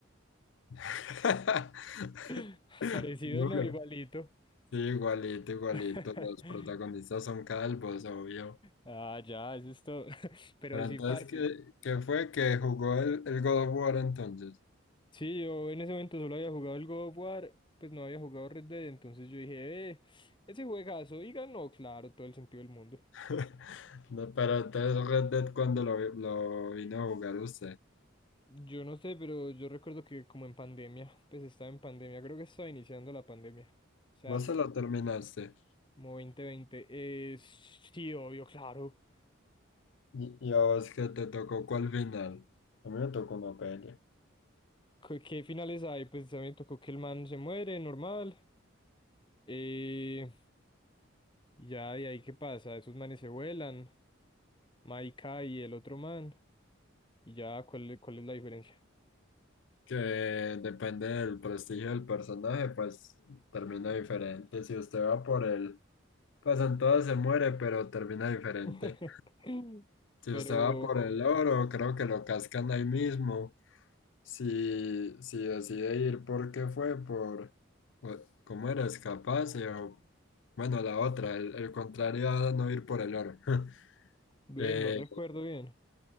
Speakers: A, on the left; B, on the left.
A: <laughs>
B: <laughs> Parecido,
A: Duro.
B: no, igualito.
A: Sí, igualito, igualito.
B: <laughs>
A: Los protagonistas son calvos, obvio.
B: Ah, ya, eso es todo. <laughs> Pero
A: Pero
B: sí,
A: entonces,
B: parce.
A: ¿qué, qué fue que jugó el, el God of War entonces?
B: Sí, yo en ese momento solo había jugado el God of War, pues no había jugado Red Dead, entonces yo dije, eh, ese juegazo, y ganó, claro, todo el sentido del mundo.
A: <laughs> No, pero entonces Red Dead cuando lo, vi- lo vino a jugar usted.
B: Yo no sé, pero yo recuerdo que como en pandemia, pues estaba en pandemia, creo que estaba iniciando la pandemia. O sea,
A: Vos
B: fue
A: se lo terminaste.
B: como dos mil veinte Eh, sí, obvio, claro.
A: Y, y a vos qué te tocó cuál final. A mí me tocó una pelea
B: ¿Qué qué finales hay? Pues también tocó que el man se muere, normal. Eh, y ya de ahí qué pasa, esos manes se vuelan, Maika y el otro man. Y ya, ¿cuál, cuál es la diferencia?
A: Que depende del prestigio del personaje, pues termina diferente. Si usted va por el Pues en todas se muere, pero termina diferente.
B: <laughs>
A: Si
B: Pero,
A: usted va por el oro, creo que lo cascan ahí mismo. Si, si decide ir, ¿por qué fue? Por, o- ¿cómo era? Escaparse o, bueno, la otra, el, el contrario a no ir por el oro. <laughs>
B: bueno,
A: Eh,
B: no recuerdo bien.